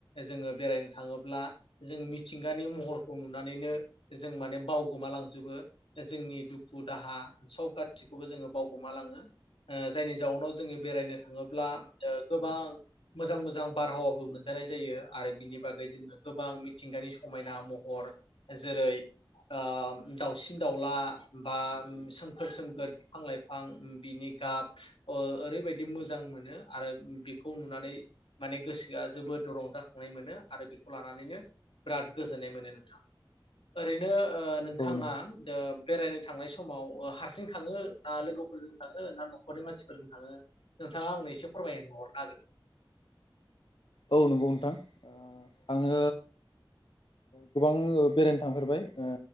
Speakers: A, on the left; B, on the left.
A: जोङो बेरायनो थाङोब्ला जों मिथिंगानि महर खौ नुनानैनो जों माने बाव गमालांजोबो जोंनि दुखु दाहा सब गासिखौबो जोङो बावगोमा लाङो ओ जायनि जाउनाव जोङो बेरायनो थाङोब्ला ओ गोबां मोजां मोजां बारहावाबो मोनजानाय जायो आरो बिनि बागै जोङो गोबां मिथिंगानि समायना महर हर जेरै ओ दावसिन दाउला बा सोमखोर सोमखोर बिफां लाइफां बिनि गाब ओ ओरैबायदि मोजां मोनो आरो बेखौ नुनानै माने गोसोआ जोबोद रंजाखांनाय मोनो आरो बेखौ लानानैनो बिराद गोजोननाय मोनो ओरैनो ओ नोंथाङा
B: औ नंगौ
A: दो बेरायनो थांनाय समाव हारसिं थाङो ना लोगोफोरजों थाङो ना नखरनि मानसिफोरजों थाङो नोंथाङा आंनो एसे फोरमाय हरनो हागोन
B: औ नंगौ नोंथां ओ आङो गोबां ओ बेरायनो थांफेरबाय ओ